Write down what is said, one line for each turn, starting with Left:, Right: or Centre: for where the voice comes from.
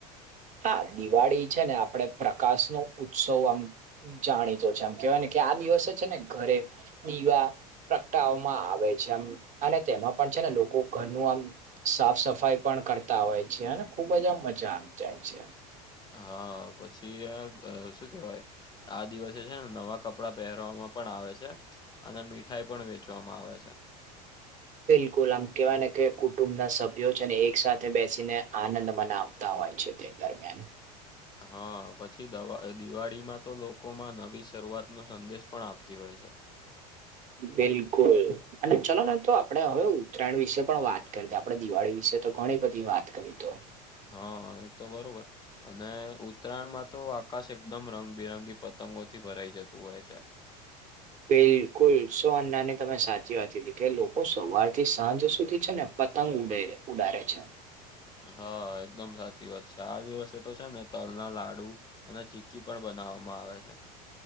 Right: હા દિવાળી છે ને આપડે પ્રકાશ નો ઉત્સવ આમ. જાણીતો છે આમ કેવાય ને કે આ દિવસે છે ને ઘરે. દીવા પ્રગટાવવામાં આવે છે આમ અને તેમાં પણ છે ને લોકો ઘરનું આમ. સાફ સફાઈ પણ કરતા હોય છે અને ખુબ જ આમ મજા આવી જાય છે.
Left: હા પછી શું કેવાય આ દિવસે છે ને નવા કપ. પડાં પહેરવામાં પણ આવે છે અને મીઠાઈ પણ વેચવામાં આવે છે.
Right: બિલકુલ આમ કહેવાય ને કે કુટુંબ ના સભ્યો છે ને એક સાથે બેસીને આનંદ મનાવ. તા હોય છે તે દરમિયાન.
Left: હા પછી દવા દિવાળીમાં તો લોકો. લોકો માં નવી શરૂઆત નો સંદેશ પણ આપતી હોય છે.
Right: બિલકુલ. અને ચલો ને તો આપણે હવે ઉત્તરાયણ વિશે પણ વાત કરી દે આપણે દિવાળી વિશે તો ઘણી બધી વાત કરી તો.
Left: હા એ તો બરોબર અને ઉત્તરાયણમાં તો આકાશ એક. દમ રંગબિરંગી પતંગોથી ભરાઈ જતું હોય છે.
Right: બિલકુલ સો નાની તમે સાચી વાત કીધી કે લોકો સવાર થી સાંજ સુધી છે ને પત્. તંગ ઉડ ઉડારે છે.
Left: હા એકદમ સાચી વાત છે આ દિવસે તો છે ને તલના લાડુ. અને ચી્કી પણ બનાવવામાં આવે છે.